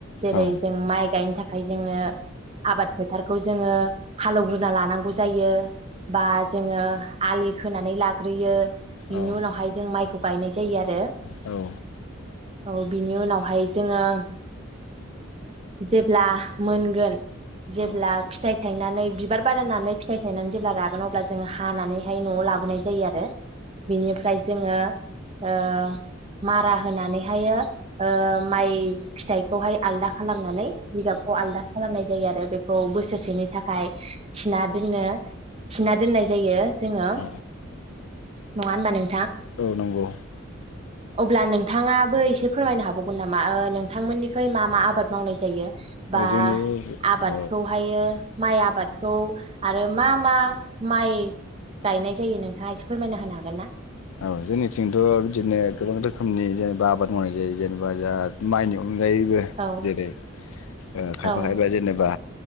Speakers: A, on the right; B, on the left.
A: जेरै
B: औ
A: जों माइ गायनो थाखाय जोङो आबाद फोथारखौ जोङो हालौग्रोना लानांगौ जायो। बा जोङो आलि खोनानै लाग्रोयो बिनि
B: औ
A: उनावहाय जों माइ खौ बायनाय जायो आरो।
B: औ
A: औ बिनि उनावहाय जोङो जेब्ला मोनगोन जेब्ला
B: औ
A: फिथाइ थायनानै बिबार बारहोनानै फिथाइ थायनानै जेब्ला रागोन अब्ला जों हानानैहाय न'आव लाबोनाय जायो आरो। बिनिफ्राय जोङो ओ मारा होनानैहायो ओ माइ फिथाइखौहाय आलदा खालामनानै जिगाबखौ आलदा खालामनाय जायो आरो बे खौ बोसोरसेनि थाखाय थिना दोननो थिना
B: औ
A: दोननाय जायो जोङो।
B: औ
A: नंङा होमबा नों
B: औ नंगौ।
A: अब्ला नोंथाङाबो एसे फोरमायनो हाबावगोन नामा? ओ नोंथांमोननिखै मा मा आबाद मावनाय जायो?
B: औ
A: बा
B: जोंनि
A: आबादखौहायो
B: औ
A: माइ आबादखौ आरो मा मा माइ गायनाय जायो नोंथाङा एसे फोरमायना होनो हागोन ना?
B: औ जोंनिथिंथ' बिदिनो गोबां रोखोमनि जेनेबा आबाद मावनाय जायो जेनेबा जा माइनि अनगायैबो
A: औ
B: जेरै ओ खायफा
A: औ
B: खायफा जेनेबा